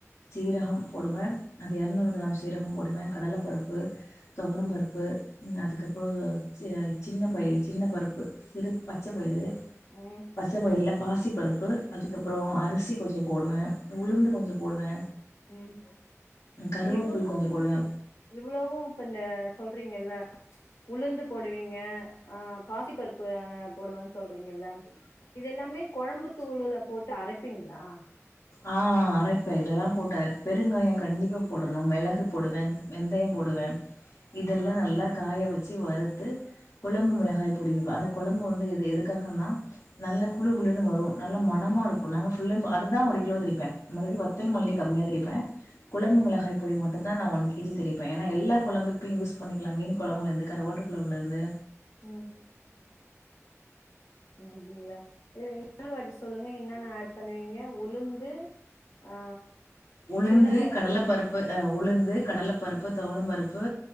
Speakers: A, on the left; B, on the left.
A: சீரகம்
B: ம்
A: போடுவே அது இரநூறு கிராம் சீரகோ போடுவே கடலப்பருப்பு துவரம்
B: ம்
A: பருப்பு அதுக்கப்றோ சிற சின்ன பயிரு சின்ன பருப்பு சிறு பச்ச பயிறு
B: ம்
A: பச்சை பயிருல்ல பாசி பருப்பு அதுக்கப்றோ அரிசி கொஞ்சோ போடுவே உளுந்து கொஞ்சோ போடுவே
B: ம்
A: கருவேப்புல்
B: இவ்ளவு
A: கொஞ்சோ
B: நீங்
A: போடுவே
B: இவ்ளவு இப்ப இந்த சொல்றீங்கல்ல <inaudible> உளுந்து போடுவீங்க ஆ பாசி பருப்பு போடுவன் சொல்றீங்கல்ல இது எல்லாமே கொழம்புத்தூளுல போட்டு அரைப்பீங்ளா
A: ஆ அரைப்பே இதெல்லா போட்டு அர பெருங்காயோ கண்டிப்பா போடணு மெளகு போடுவே வெந்தயம் போடுவே இதெல்லா
B: ஆ
A: நல்லா காய வச்சு வறுத்து குழம்பு மிளகாய் பொடி அந்த குழம்பு வந்து எது எதுக்காகன்னா நல்ல குலு குலுன்னு வரு நல்ல மனமாருக்கு நாங்க ஃபுல் அண்ட் அதுதா ஒரு கிலோ திரிப்பே மறுபடி வத்தல் மல்லி கம்மியா திரிப்பே குழம்பு
B: ம்
A: மிளகாய் பொடி மட்டு ட் னா நா ஒன் கேஜி திரிப்பே ஏனா எல்லா குழம்புக்கு யூஸ் பண்ணிக்லா மீன் குழம்புலேருந்து கருவாட்டு குழம்முலேருந்து
B: ம் அப்டிங்ளா இல்ல இன்னொரு வாட்டி சொல் சொல்லுங்க என்னன்ன அட் பண்ணுவீங்க உளுந்து ஆ
A: உளுந்து
B: சின்ன பய
A: கடல பருப்பு அ உளுந்து கடல பருப்பு துவரம் பருப்பு